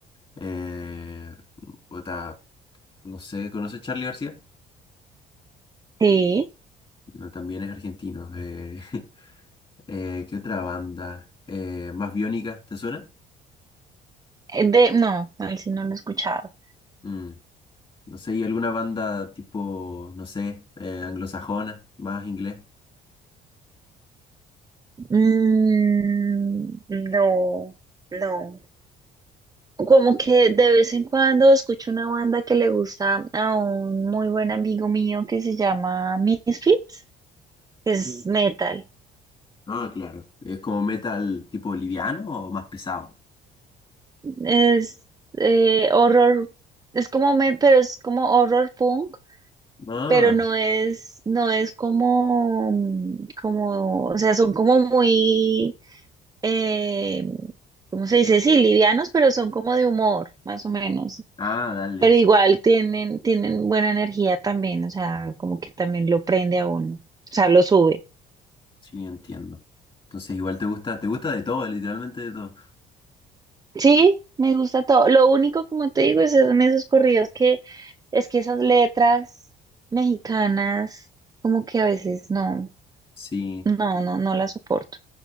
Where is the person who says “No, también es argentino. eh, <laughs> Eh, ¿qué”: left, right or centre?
Left